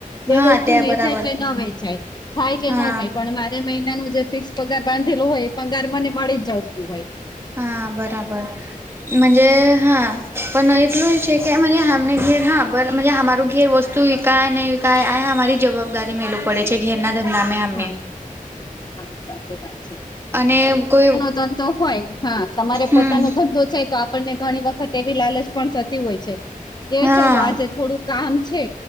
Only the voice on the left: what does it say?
એ વસ્તુ
વેચાય
કે ન વેચાય થાય કે
ન થાય પણ મારે મહિનાનું જે ફિક્સ પગાર બાંધેલો હોય એ પગાર મને મળી જ જતું હોય.
હા હા સાચી વાત છે.
ધંધો હોય હા તમારે
પોતાનો ધંધો છે તો આપણને ઘણી વખત એવી લાલચ પણ થતી હોય છે કે
ચલો આજે થોડુંક કામ છે